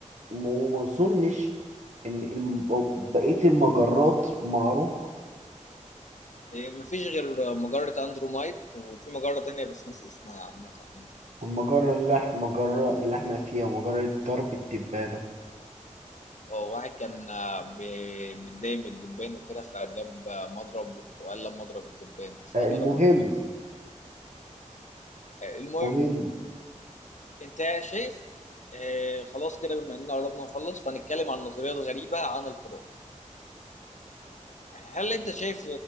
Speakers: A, on the right; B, on the left.
A: وما أظنش إن الم- بقية المجرات معروفة
B: إيه، مفيش غير مجرة اندرومايد وفي مجرة تانية بس ناس اسمها عامة يعني
A: والمجرة اللي إح- المجرة اللي احنا فيها مجرة درب التبانة
B: هو واحد كان آه، بي- متضايق من الدبان وكده فجاب آه، مضرب وقال لما اضرب الدبان فضرب
A: آه، المهم
B: الدبان في آه، المهم
A: مهم
B: انت شايف آه، خلاص كده بما اننا قربنا نخلص فهنتكلم عن نظريات غريبة عن الفضاء هل انت شايف